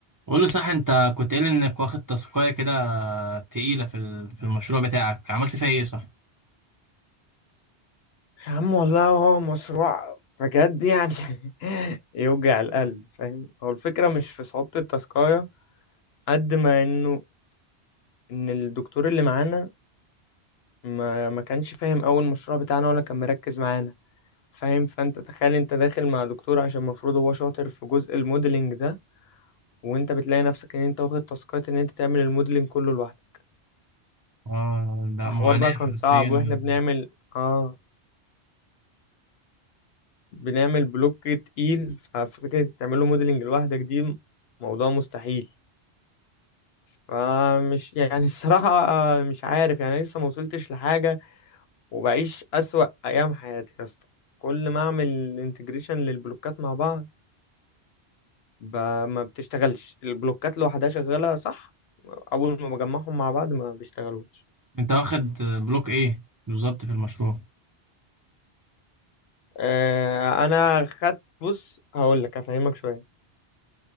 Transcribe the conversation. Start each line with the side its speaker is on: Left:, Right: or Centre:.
Right: قول لي صح انت كنت قايل انك واخد تاسكايه كده تقيله في ال- في المشروع بتاعك عملت فيها ايه صح
Left: يا عم والله هو مشروع بجد يعني <laughs> يوجع القلب فاهم هو الفكرة مش في صعوبة التاسكاية قد ما انه ان الدكتور اللي معانا ما ما كانش فاهم اول مشروع بتاعنا ولا كان مركز معانا فاهم فانت تخيل انت داخل مع دكتور عشان المفروض هو شاطر في جزء الموديلنج ده وانت بتلاقي نفسك ان انت واخد تاسكات ان انت تعمل الموديلنج كله لوحدك
Right: اه لا
Left: فحوار
Right: معاناه
Left: بقى
Right: حرفيا
Left: كان صعب واحنا بنعمل اه بنعمل بلوك تقيل ففكرة تعمل له موديلنج لوحدك دي موضوع مستحيل فمش <laughs> يعني الصراحة مش عارف يعني لسه ما وصلتش لحاجة وبعيش أسوأ أيام حياتي يا اسطى كل ما أعمل انتجريشن للبلوكات مع بعض ب... ما بتشتغلش البلوكات لوحدها شغالة صح أول ما بجمعهم مع بعض ما بيشتغلوش
Right: انت واخد بلوك ايه بالظبط في المشروع
Left: آه، أنا خدت بص هقول لك أفهمك شوية